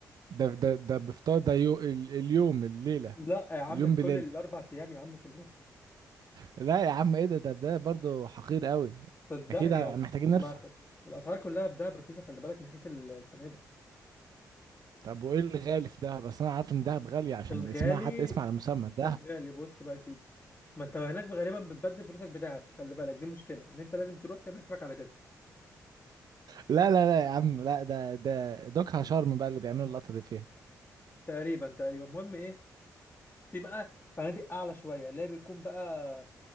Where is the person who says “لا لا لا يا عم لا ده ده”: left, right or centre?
Right